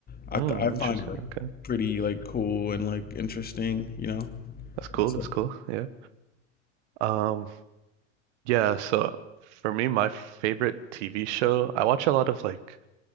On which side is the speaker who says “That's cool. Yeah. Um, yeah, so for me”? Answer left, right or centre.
Right